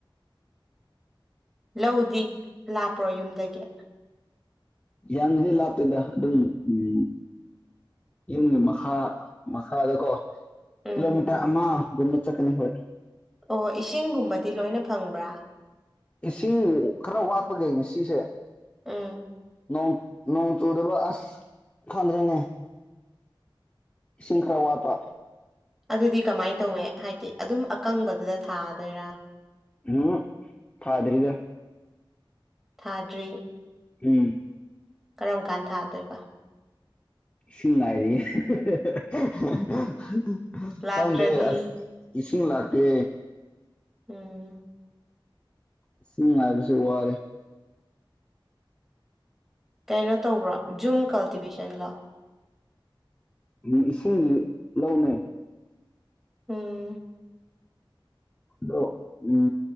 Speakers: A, in the centre; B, on the left.
A: ꯂꯧꯗꯤ ꯂꯥꯞꯄ꯭ꯔꯣ ꯌꯨꯝꯗꯒꯤ
B: ꯌꯥꯝꯅꯗꯤ ꯂꯥꯞꯇꯦꯗ ꯑꯗꯨꯝ ꯎꯝ ꯌꯨꯝꯒꯤ ꯃꯈꯥ ꯃꯈꯥꯗꯀꯣ
A: ꯎꯝ
B: ꯀꯤꯂꯣꯃꯤꯇꯔ ꯑꯃꯒꯨꯝꯕ ꯆꯠꯀꯅꯤ ꯍꯣꯏ
A: ꯑꯣ ꯏꯁꯤꯡꯒꯨꯝꯕꯗꯤ ꯂꯣꯏꯅ ꯐꯪꯕ꯭ꯔꯥ
B: ꯏꯁꯤꯡ ꯈꯔ ꯋꯥꯠꯄꯅꯦ ꯉꯁꯤꯁꯦ
A: ꯎꯝ
B: ꯅꯣꯡ ꯅꯣꯡ ꯆꯨꯗꯕ ꯑꯁ ꯈꯟꯗ꯭ꯔꯦꯅꯦ ꯏꯁꯤꯡ ꯈꯔ ꯋꯥꯠꯄ
A: ꯑꯗꯨꯗꯤ ꯀꯃꯥꯏꯟ ꯇꯧꯋꯦ ꯍꯥꯏꯗꯤ ꯑꯗꯨꯝ ꯑꯀꯪꯕꯗꯨꯗ ꯊꯥꯗꯣꯏꯔꯥ
B: ꯍꯨꯝ ꯊꯥꯗ꯭ꯔꯤꯗ
A: ꯊꯥꯗ꯭ꯔꯤ
B: ꯎꯝ
A: ꯀꯔꯝ ꯀꯥꯟ ꯊꯥꯗꯣꯏꯕ
B: ꯏꯁꯤꯡ ꯉꯥꯏꯔꯤ <unintelligible>
A: ꯂꯥꯛꯇ꯭ꯔꯗꯤ
B: ꯈꯪꯗ꯭ꯔꯤ ꯑꯁ ꯏꯁꯤꯡ ꯂꯥꯛꯇꯦ
A: ꯎꯝ
B: ꯏꯁꯤꯡ ꯉꯥꯏꯕꯁꯨ ꯋꯥꯔꯦ
A: ꯀꯩꯅꯣ ꯇꯧꯕ꯭ꯔꯣ ꯖꯨꯝ ꯀꯜꯇꯤꯚꯦꯁꯟꯂꯣ
B: ꯎꯝ ꯏꯁꯤꯡ ꯂꯧꯅꯦ
A: ꯎꯝ
B: ꯑꯗꯣ ꯎꯝ